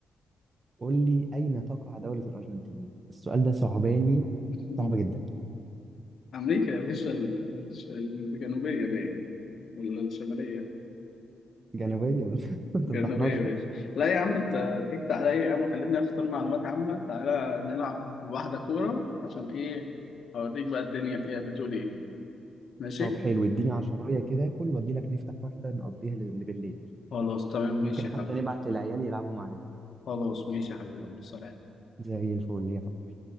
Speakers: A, on the right; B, on the left.
A: قول لي اين تقع دوله الارجنتين السؤال ده صعباني
B: <laughs>
A: صعب جدا
B: أمريكا يا باشا ال- الش- الجنوبية باين ولا الشمالية
A: جنوبيا <laughs> ما تفضحناش
B: جنبية يا باشا لا يا عم انت ضحكت عليا يا عم وخلتني اختار معلومات عامة تعالى نلعب واحدة كورة عشان ايه اوريك بقى الدنيا فيها بتقول ايه ماشي
A: طب حلو اديني عشراية كده اكل واجي لك نفتح واحدة نقضيها ل- لبالليل
B: خلاص تمام ماشي
A: ممكن
B: يا
A: حتى
B: حبيبي
A: نبعت للعيال يلعبوا معانا
B: خلاص ماشي يا حبيبي يلا سلام
A: زي الفل يا فندم